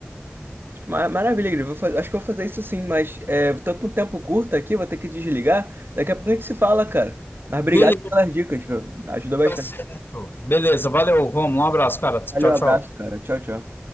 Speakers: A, on the right; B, on the left.
A: Tipo, ma- Maravilha, Igor. Vou fa- acho que vou fazer isso sim, mas é, tô com um tempo curto aqui, vou ter que desligar. Daqui a pouco a gente se fala, cara. Mas obrigado
B: Beleza,
A: pelas dicas, viu? Ajudou bastante.
B: tá certo. Beleza, valeu, vamos Um abraço, cara. Tchau,
A: Valeu, abraço,
B: tchau.
A: cara. Tchau, tchau.